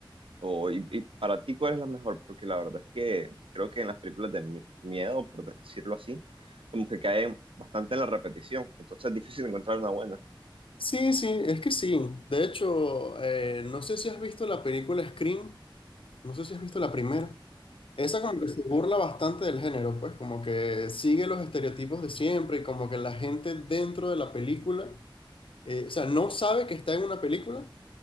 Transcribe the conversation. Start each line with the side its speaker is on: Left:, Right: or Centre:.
Right: O, y, y para ti, ¿cuál es la mejor? Porque la verdad es que creo que en las películas de mi- miedo, por decirlo así, como que caen bastante en la repetición. Entonces es difícil encontrar una buena.
Left: Sí, sí, es que sí. De hecho, eh, no sé si has visto la película Scream, no sé si has visto la primera. Esa como que se burla bastante del género, pues como que sigue los estereotipos de siempre y como que la gente dentro de la película, eh, o sea, no sabe que está en una película,